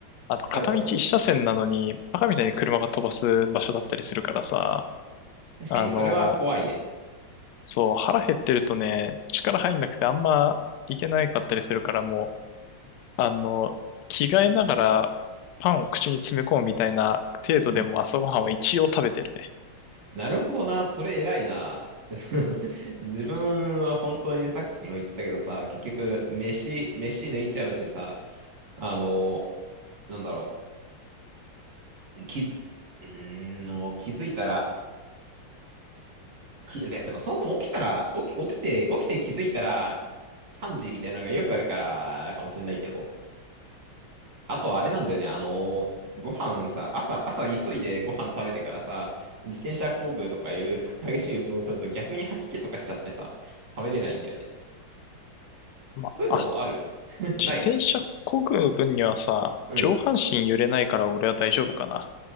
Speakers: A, on the left; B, on the right.
A: あと片道一車線なのに、
B: 使うと、
A: バカみたいに車が飛ばす場所だったりするからさ、
B: 確かに、
A: あの、
B: それは怖いね。
A: そう、腹減ってるとね、力入んなくてあんま行けないかったりするからもう、あの、着替えながらパンを口に詰め込むみたいな程度でも朝ごはんは一応食べてるね。
B: うん。なるほどな、それ偉いな。<laughs> 自分は本当にさっきも言ったけどさ、結局、飯、飯抜いちゃうしさ、あの、なんだろう。き、うーん、もう気づいたら、き、ででもそもそも起きたら、起き、起きて、起きて気づいたら、3時みたいなのがよくあるから、かもしれないけど。あとあれなんだよね、あの、ご飯さ、朝、朝急いでご飯食べてからさ、自転車工具とかいう激しい運動をすると逆に吐き気とかしちゃってさ、食べれないんだよね。
A: まあ、
B: そういうのある
A: あ
B: <laughs> ない
A: 自転車漕ぐ分にはさ、
B: うん。
A: 上半身揺れないから俺は大丈夫かな。